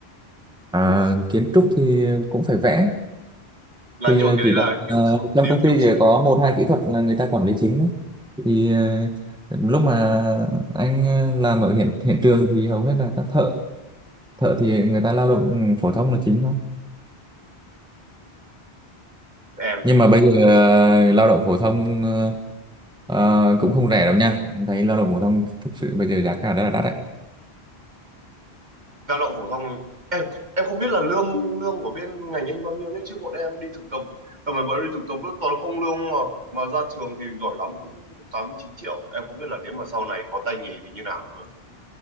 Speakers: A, in the centre; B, on the right (about 45°).
A: À, kiến trúc thì cũng phải vẽ.
B: làm
A: Thì
B: nhưng
A: ờ,
B: mà cái
A: chỉ cần,
B: đấy là kiểu
A: ờ,
B: số-
A: trong
B: điều
A: công ty
B: thiểu số
A: chỉ có một hai kỹ thuật là người ta quản lý chính đấy. Thì ờ, lúc mà anh ờ, làm ở hiện hiện trường thì hầu hết là các thợ, thợ thì người ta lao động ừ, phổ thông là chính thôi.
B: em
A: nhưng
B: gì
A: mà bây giờ ờ, lao động phổ thông ờ, ờ, cũng không rẻ đâu nha anh thấy lao động phổ thông thực sự bây giờ giá cả rất là đắt đấy
B: lao động phổ thông thôi. em em không biết là lương lương của bên ngành anh bao nhiêu nhé chứ bọn em đi thực tập tầm này bọn em đi thực tập vẫn toàn không lương mà mà ra trường thì giỏi lắm cũng tám chín triệu em không biết là nếu mà sau này có tay nghề thì như nào nữa